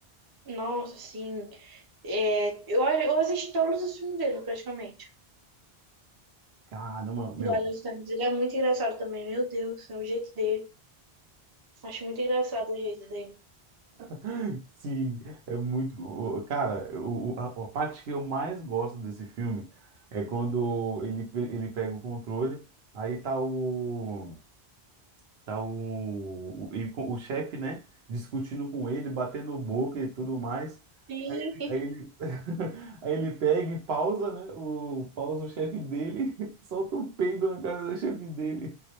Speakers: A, on the right; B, on the right.
A: Nossa, assim. é, eu, eu assisti todos os filmes dele, praticamente.
B: Caramba, meu.
A: Do Adam Sandler. Ele é muito engraçado também, meu Deus. É o jeito dele. Acho muito engraçado o jeito dele.
B: <laughs> Sim, é muito. o- o- Cara, o, o- a, a parte que eu mais gosto desse filme é quando ele, pe- ele pega o controle, aí tá o. Tá o, o, ele, com- o chefe, né? Discutindo com ele, batendo boca e tudo mais.
A: Sim.
B: Aí ele, <laughs> aí ele pega e pausa, né? O, pausa o chefe dele, <laughs> solta um peido na cara do chefe dele,